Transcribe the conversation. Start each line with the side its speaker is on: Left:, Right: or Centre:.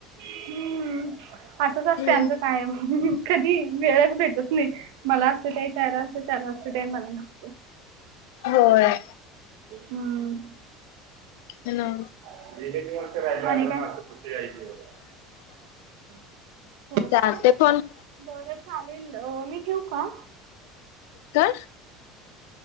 Right: हम्म असंच असते
Left: हम्म
Right: आचं कायम कधी वेळच भेटत नाही मला असते तेही त्याला असते त्याला असते तेई मला नसते
Left: होय.
Right: हम्म
Left: ह ना
Right: मन कठी हो का
Left: चालते फ
Right: बरं चालेल मी ठेऊ का
Left: का